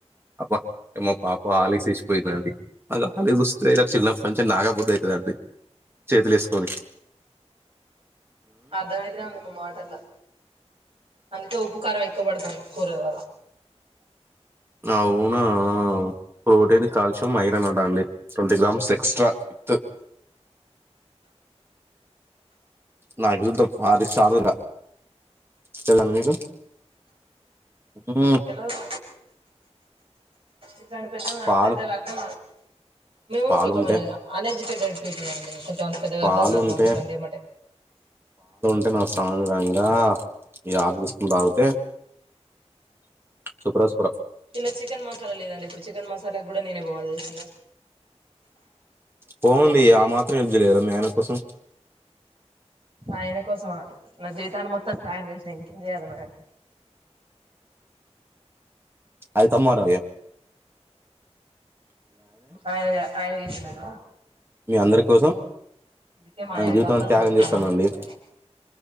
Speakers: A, on the right; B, on the right.
A: అబ్బ మా పాప ఆలేసేసిపోయిందండి గాలి చూస్తే ఇలా చిన్నంచం నాగాబుద్ద అవుతుద అండి చేతిలేసుకొని
B: అర్ధంయితేనే ఉంది మీ మాటల్ల్లో అందుకే ఉప్పు కారం ఎక్కువ పడుతుం కురాలాల
A: అవునా ప్రోటటీన్ కాల్ష్యం ఐరన్ ఉంటండి ట్వంటీ గ్రామ్స్ ఎక్స్ట్రా విత్ నాగద్ద పాల చనుల చెల్లుది మీకు ఉమ్
B: తెలవదు ఇట్లాంటి పెద్ద
A: పాలు
B: పెద్దగార్గా మేము
A: పాలుంటే
B: కొంచెం అన్ఎడ్యుకేటెడ్ అండి కొంచెం అంత పెద్దగా
A: పాలుంటే
B: అర్థం కాదు మాకు ఇట్లా అండి అమ్మటే
A: అయితే నా స్వామిరంగా ఈగ తీసుకుని తాగితే సుప్రాస్పుర
B: ఇల్ చికెన్ మసాలా లేదండి ఇప్పుడు చికెన్ మసాలా కూడా నేనే బోవాలి తెలుసునా
A: పొండి ఆ మాత్రం ఏం చేయలేరా మీ ఆయన కోసం
B: ఆయన కోసం మా నా జీవితాన్ని మొత్తం త్యాగం చేసిన ఇంకేం చేయ్యాలా మా ఆయన కి
A: అయితే మారరు ఇక
B: ఆయన ఆయన చేసినాడు
A: మీ అందరి కోసం
B: ఓ ఇది మయ
A: ఆయన
B: <unintelligible>
A: జీవితాన్ని త్యాగం చేస్తానండి